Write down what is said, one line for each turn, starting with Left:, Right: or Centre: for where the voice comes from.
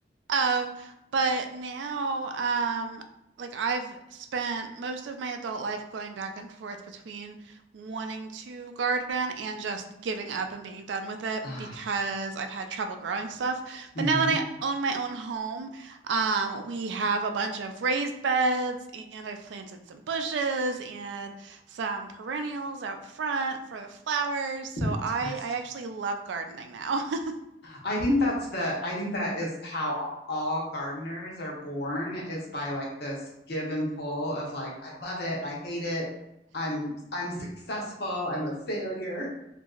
Right: Um, but now, um, like I've spent most of my adult life going back and forth between wanting to garden and just giving up and being done with it
Left: Ah,
Right: because I've had trouble growing stuff. But
Left: mm-hmm.
Right: now that I own my own home, um, we have a bunch of raised beds and I've planted some bushes and some perennials out front for the flowers. So
Left: Fantastic.
Right: I, I actually love gardening now. <laughs>
Left: I think that's the I think that is how all gardeners are born is by like this give and pull of like I love it, I hate it, I'm I'm successful, I'm a failure.